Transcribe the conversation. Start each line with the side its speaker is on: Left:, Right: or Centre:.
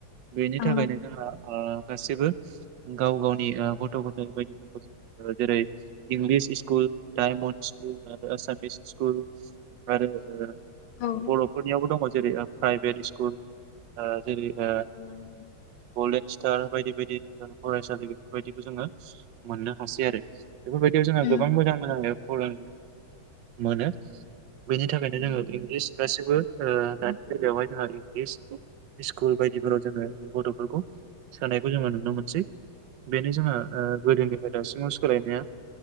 Right: बेनि
Left: औ
Right: थाखायनो जोंहा ओ गासैबो गाव गावनि ओ गथ' गथायाइ बायदिफोरखौ जों जेरै इंलिस स्कुल डायमन्ड स्कुल आरो आसामिस स्कुल आरो ओ
Left: औ
Right: बर'फोरनियावबो दङ जेरै प्राइभेट स्कुल आ जेरै आ
Left: नंगौ
Right: गलडेन स्टार बायदि बायदि फरायसालि बेफोरबायदिखौ जोङो मोननो हासै आरो। बेफोरबायदियाव
Left: नोंथां
Right: जोङो गोबां मोजां मोजां फरा मोनो बेनि थाखायनो
Left: उम
Right: जोङो इंलिस गासिबो दानि बेलायावहाय जोंहा इंलिस स्कुल बायदिफोराव जोङो गथफोरखौ सोनायखौ जोङो नुनो मोनसै। बेनो जोंहा ओ
Left: औ
Right: गोदोनिफ्राय दासिमाव सोलायनाया